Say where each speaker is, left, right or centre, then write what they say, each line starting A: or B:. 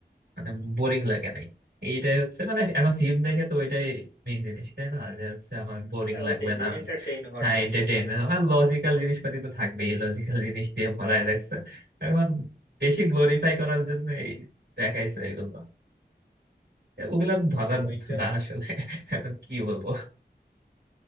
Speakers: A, on the right; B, on the left.
A: মানে বোরিং লাগে নাই এইটাই হচ্ছে মানে এখন ফিল্ম দেখে তো ওইটাই মেইন জিনিস তাই না যে হচ্ছে আমার বোরিং
B: হ্যাঁ
A: লাগবে
B: ওইটাই যে
A: না আমি
B: এন্টারটেইন হওয়ার
A: হ্যাঁ
B: যে
A: এন্টারটেইনমেন্ট
B: বিষয়টা
A: আমার লজিক্যাল জিনিসপাতি তো থাকবেই লজিক্যাল জিনিস দিয়ে ভরায় রাখছে এখন বেশি গ্লোরিফাই করার জন্য এই দেখাইছে এগুলো ওগুলা ধরার
B: ওইটা
A: না আসলে এখন কি বলবো